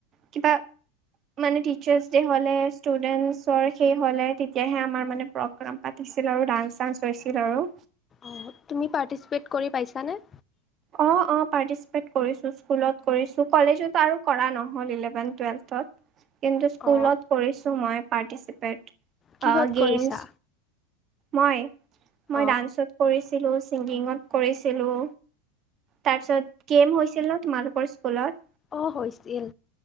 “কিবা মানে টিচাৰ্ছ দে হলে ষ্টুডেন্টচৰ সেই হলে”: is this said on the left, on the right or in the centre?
Right